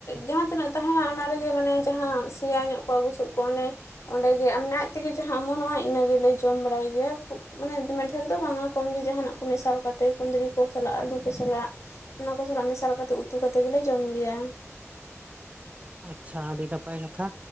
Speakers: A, on the left (about 75°); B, on the right (about 30°).
A: ᱡᱟᱦᱟᱸ ᱛᱤᱱᱟᱹᱜ ᱛᱟᱦᱮᱱᱟ ᱚᱱᱟ ᱨᱮᱜᱮ ᱢᱟᱱᱮ ᱡᱟᱦᱟᱸ ᱥᱮᱭᱟ ᱧᱚᱜ ᱠᱚᱜ ᱵᱩᱥᱩᱜ ᱠᱚ ᱚᱱᱮ ᱚᱸᱰᱮᱜᱮ ᱢᱟᱱᱮ ᱟᱡ ᱛᱮᱜᱮ ᱡᱟᱦᱟᱸ ᱚᱢᱚᱱᱚᱜᱼᱟ ᱤᱱᱟᱹ ᱜᱮᱞᱮ ᱡᱚᱢ ᱵᱟᱲᱟᱭ ᱜᱮᱭᱟ᱾ ᱠᱷᱩᱵ ᱢᱟᱱᱮ ᱫᱚᱢᱮ ᱰᱷᱮᱨ ᱫᱚ ᱵᱟᱝᱟ ᱠᱚᱢ ᱜᱮ ᱡᱟᱦᱟᱱᱟᱜ ᱠᱚ ᱢᱮᱥᱟᱞ ᱠᱟᱛᱮ ᱠᱩᱸᱫᱽᱨᱤ ᱠᱚ ᱥᱟᱞᱟᱜ ᱟᱹᱞᱩ ᱠᱚ ᱥᱟᱞᱟᱜ ᱚᱱᱟ ᱠᱚ ᱥᱟᱞᱟᱜ ᱢᱮᱥᱟᱞ ᱠᱟᱛᱮ ᱩᱛᱩ ᱩᱛᱩ ᱠᱟᱛᱮᱫ ᱜᱮᱞᱮ ᱡᱚᱢ ᱜᱮᱭᱟ᱾
B: ᱟᱪᱪᱷᱟ ᱟᱹᱰᱤ ᱱᱟᱯᱟᱭ ᱠᱟᱛᱷᱟ᱾